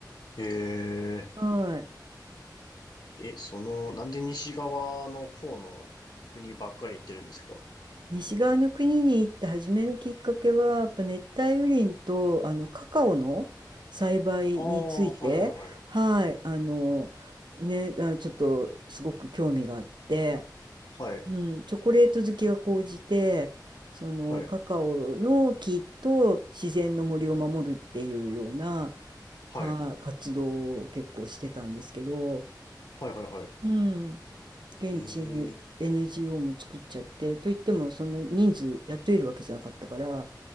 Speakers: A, on the left; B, on the right.
A: ええ
B: <laughs> はい。
A: え、その、なんで西側の方の国ばっかり行ってるんですか
B: 西側の国に行って初めのきっかけは、やっぱ熱帯雨林とあのカカオの栽培について、
A: ああ、はいはいはい。
B: はい、あの、ね、あちょっとすごく興味があって、
A: はい、
B: うん、チョコレート好きが高じて、そのカカオの木と自然の森を守るっていうような、
A: はい、はい、
B: はい、活動を結構してたんですけど、
A: はいはいは
B: うん、現地に
A: い。え
B: NGO も作っちゃって、といってもそんな人数雇えるわけじゃなかったから、